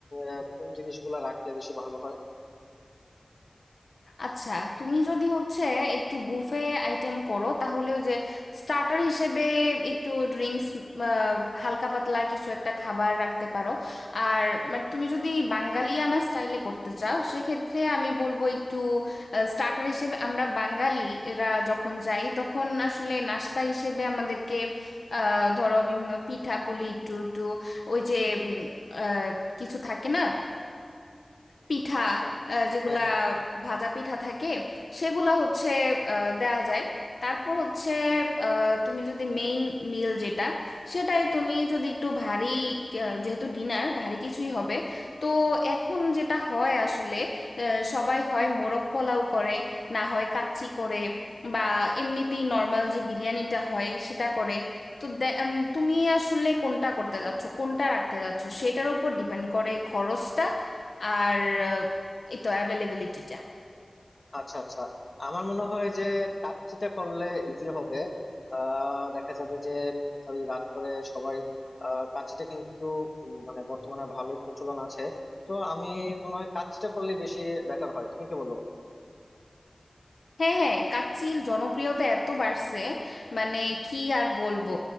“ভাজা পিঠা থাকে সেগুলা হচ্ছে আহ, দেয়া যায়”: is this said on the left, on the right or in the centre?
Left